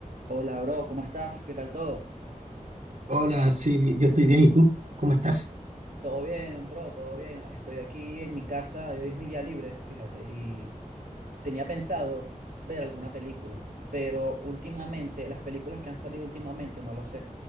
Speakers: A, on the right (about 85°); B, on the right (about 60°).
A: Hola, bro, ¿cómo estás? ¿Qué tal todo?
B: Hola, sí, bi- yo estoy bien, ¿y tú? ¿Cómo estás?
A: Todo bien, bro, todo bien. Estoy aquí en mi casa y hoy es mi día libre, fíjate. Y tenía pensado ver alguna película, pero últimamente, las películas que han salido últimamente, no lo sé,